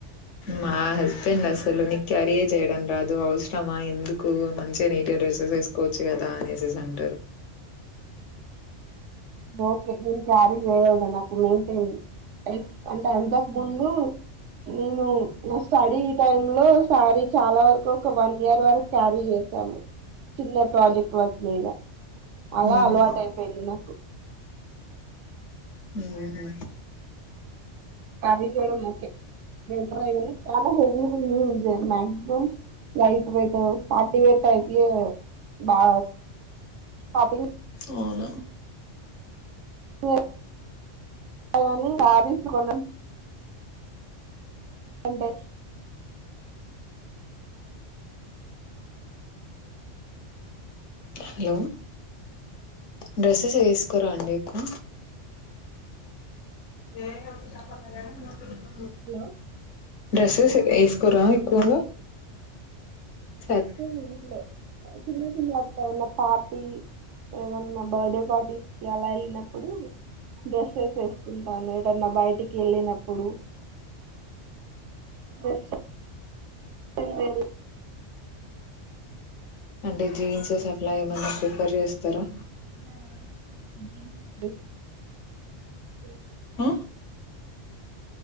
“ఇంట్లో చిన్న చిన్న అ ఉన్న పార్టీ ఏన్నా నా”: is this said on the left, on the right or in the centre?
Right